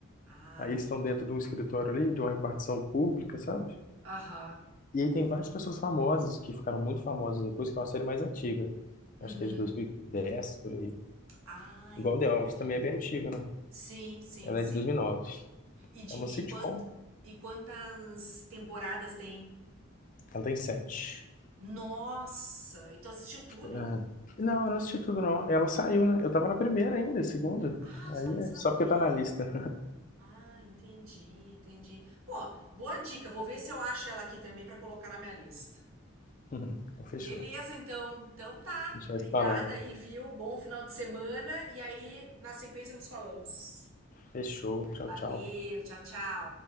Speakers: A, on the right (about 80°); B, on the left (about 40°).
A: Ah,
B: Aí
A: entendi.
B: eles estão dentro de um escritório ali, de uma repartição pública, sabe?
A: Aham.
B: E aí tem várias pessoas famosas que ficaram muito famosas depois, que é uma série mais antiga. Acho
A: Uhum.
B: que é de 2010, por aí.
A: Ah,
B: Igual
A: entendi.
B: The Office também é bem antiga, né?
A: Sim, sim,
B: Ela
A: sim.
B: é de 2009.
A: E, de,
B: É uma
A: e,
B: sitcom,
A: quant, e quantas temporadas tem?
B: ela tem sete.
A: Nossa! E tu assistiu tudo?
B: É. Não, eu não assisti tudo, não. Ela saiu, né? Eu tava na primeira ainda, segunda.
A: Ah,
B: Aí
A: tu vai
B: é
A: ser na
B: só
A: primeira.
B: porque tá na lista.
A: Ah, entendi, entendi. Pô, boa dica. Vou ver se eu acho ela aqui também pra colocar na minha lista.
B: <laughs> então fechou.
A: Beleza,
B: A
A: então. Então tá.
B: gente
A: Obrigada
B: vai se falando.
A: aí, viu? Bom final de semana. E aí, na sequência, nos falamos.
B: Fechou. Tchau,
A: Valeu,
B: tchau.
A: tchau, tchau.